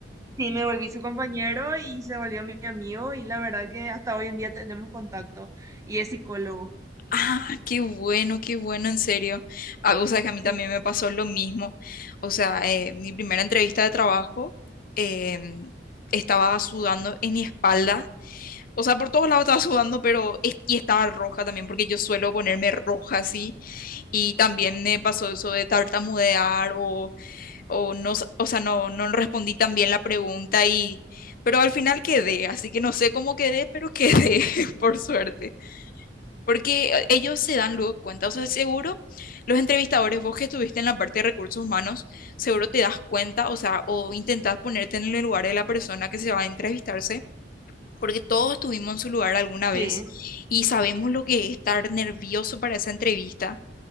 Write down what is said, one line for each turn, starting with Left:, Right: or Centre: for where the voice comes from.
Right: Sí, me volví su compañero y se volvió mi amigo y la verdad que hasta hoy en día tenemos contacto y es psicólogo.
Left: Ah, qué bueno, qué bueno, en serio. Ah, o sea, que a mí
Right: Sí.
Left: también me pasó lo mismo. O sea, eh, mi primera entrevista de trabajo em, estaba sudando en mi espalda. O sea, por todos lados estaba sudando, pero es- y estaba roja también, porque yo suelo ponerme roja así. Y también me pasó eso de tartamudear o o no, sa- o sea, no, no respondí tan bien la pregunta y, pero al final quedé, así que no sé cómo quedé, pero quedé, <laughs> por suerte, porque eh, ellos se dan luego cuenta, o sea, seguro los entrevistadores, vos que estuviste en la parte de recursos humanos, seguro te das cuenta, o sea, o intentás ponerte en el lugar de la persona que se va a entrevistarse. Porque todos estuvimos en su lugar alguna vez
Right: Sí,
Left: y sabemos lo que es estar nervioso para esa entrevista